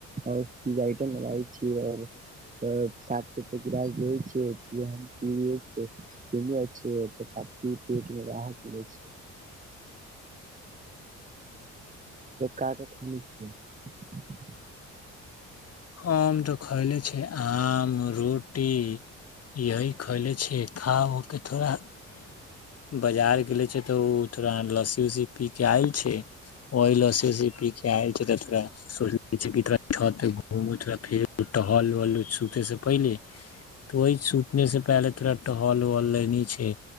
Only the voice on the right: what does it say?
और इ आयटम लगाबै छीयै और सात रुपए ग्लास दै छीयै, इ हम पीयै छीयै, किनै छीयै, काफ़ी रेट में अहां किनै छीयै। काज अखन नइ छै।